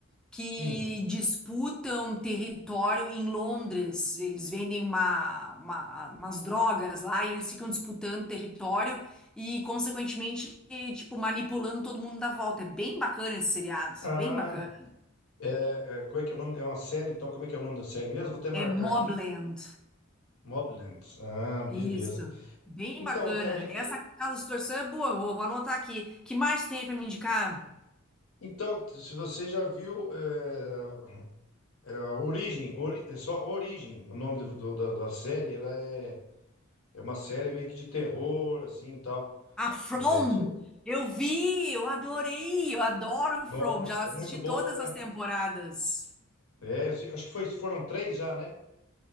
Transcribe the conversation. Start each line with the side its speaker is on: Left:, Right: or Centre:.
Centre: que
Left: Sim.
Centre: disputam território em Londres. Eles vendem uma, uma- umas drogas lá e eles ficam disputando território e, consequentemente, e, tipo, manipulando todo mundo da volta. É bem bacana esse seriado,
Left: Ah,
Centre: bem bacana.
Left: é, é, como é que é o nome? É uma série, então, como é que é o nome da série mesmo? Vou até marcar
Centre: É Mobland.
Left: aqui. Mobland. Ah, beleza.
Centre: Isso. Bem
Left: Então,
Centre: bacana.
Left: eu também tem.
Centre: Essa Casa de Torção é boa, vou, vou anotar aqui. Que mais tem para me indicar?
Left: Então, se você já viu é, é a Origem, Ori- é só Origem, o nome do, do- da, da série, ela é, é uma série meio que de terror, assim e tal.
Centre: A From.
Left: É, você-
Centre: Eu vi, eu adorei, eu adoro From.
Left: Nossa,
Centre: Já assisti
Left: é muito boa,
Centre: todas
Left: né?
Centre: as temporadas.
Left: É, eu sei- acho que foi, foram três já, né?